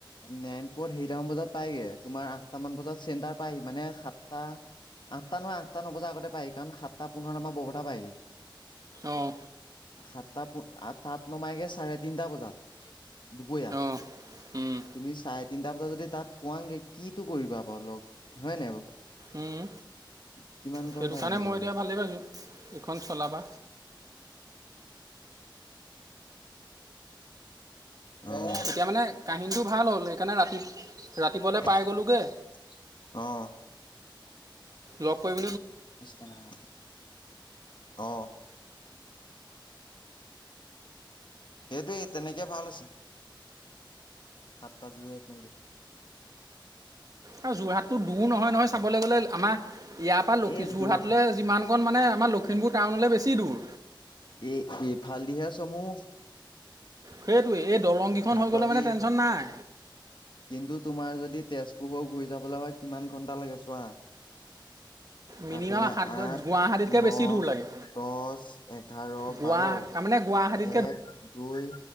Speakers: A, on the left (about 65°); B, on the right (about 45°).
A: নে। ওপৰত হেৰিটামান বজাত পায়গে তোমাৰ আঠটাামান বজাত চেণ্টাৰ পায়ি মানে সাতটা। আঠটা নহয় আঠটা নবজা আগতে পায়ি কাৰণ সাত। সাতটা পোন্ আমাৰ বৰপতা পায়হি
B: অঁ
A: সাতটা আঠ তাত নমাইগে। ছাৰে তিনিটা বজাত দুপৰীয়া
B: অঁ উম,
A: তুমি চাৰে। তিনিটা বজাত যদি তাত পোৱগে কিটো কৰিবা বাৰু লগ হয়ে নাই বাৰু।
B: উম।
A: কিমান
B: সেইটো
A: ক টাইম
B: কাৰণে
A: স।
B: মই এতিয়া ভালেই এইখন চলাবা।
A: হয়।
B: এতিয়া মানে কাহিনীটো ভাল হ'ল সেইকাৰণে ৰাতি ৰাতিপুৱালৈ পাই
A: <unintelligible>
B: গ'লোগৈ
A: অহ।
B: লগ কৰিব।
A: ইচকেনা নাই অ। সেইটোৱেই তেনেকে ভাল আছে। সাতটা জীৱে এক মাইনে।
B: আৰু যোৰহাটতটো দূৰ নহয় নহয় চাবলৈ গ'লে আমাৰ ইয়াৰ পৰা
A: এই
B: যোৰহাটলৈ
A: দু
B: যিমান কণ মানে। মে আমাৰ লখিমুৰ টাউনলৈ বেছি। দূৰ
A: এ এই ফালদিহা চসমূহ।
B: সেইটোৱে এই দলং কেইখন
A: ঘাট
B: হৈ গ'লে মানে
A: দি
B: টেনশচন নাই।
A: কিন্তু তোমাৰ যদি তেজপুৰো ঘূৰি যাবলৈ হয় কিমান ঘণ্টা লাগে চোৱা। অ <unintelligible>
B: মিনিমাম
A: আফালে
B: সাত
A: আঠ
B: গুৱাহাটীতকৈ
A: ন
B: বেছি দূৰ লাগে
A: দহ এঘাৰ
B: গুৱা
A: বাৰ।
B: তাৰমানে গুৱাহাটীতকৈ
A: এক দুই